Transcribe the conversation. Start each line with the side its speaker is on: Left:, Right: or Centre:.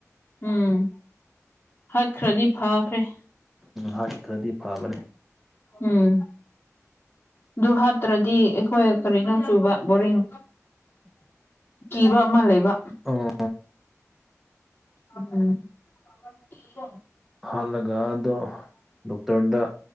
Left: ꯎꯝ ꯍꯠꯈ꯭ꯔꯗꯤ ꯐꯈ꯭ꯔꯦ
Centre: ꯍꯥꯠ ꯈꯔꯗꯤ ꯐꯕꯅꯦ
Left: ꯎꯝ ꯑꯗꯨ ꯍꯥꯠꯇ꯭ꯔꯗꯤ ꯑꯩꯈꯣꯏ ꯀꯔꯤꯅꯣ ꯆꯨꯕ ꯕꯣꯔꯤꯡ ꯀꯤꯕ ꯑꯃ ꯂꯩꯕ
Centre: ꯑꯣ
Left: ꯎꯝ
Centre: ꯍꯥꯠꯂꯒ ꯑꯗꯣ ꯗꯣꯛꯇꯔꯗ